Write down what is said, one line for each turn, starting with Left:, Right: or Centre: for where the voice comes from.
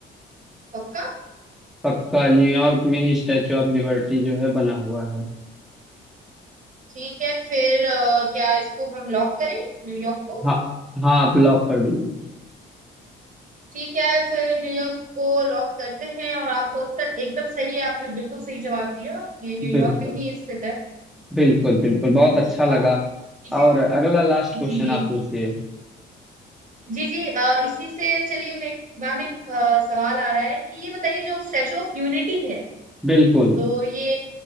Right: पक्का
Centre: पक्का न्यूयॉर्क में ही स्टैचू ऑफ लिबर्टी जो है बना हुआ है
Right: ठीक है फिर अ, क्या इसको हम लॉक करें न्यूयॉर्क को
Centre: हाँ हाँ आप लॉक कर दीजिए
Right: ठीक है फिर न्यूयॉर्क को लॉक करते हैं और आपका उत्तर एकदम सही है आपने बिल्कुल सही जवाब दिया ये न्यूयॉर्क
Centre: बिल्कुल
Right: में ही स्थित है
Centre: बिल्कुल बिल्कुल बहुत
Right: जी
Centre: अच्छा
Right: जी
Centre: लगा
Right: आप इसी
Centre: और अगला लास्ट क्वेश्चन
Right: जी जी
Centre: आप पूछिए
Right: जी जी अ, इसी से चलिए मैं मैम एक अ, सवाल आ रहा है कि ये बताइए जो स्टैचू ऑफ यूनिटी है
Centre: बिल्कुल
Right: तो ये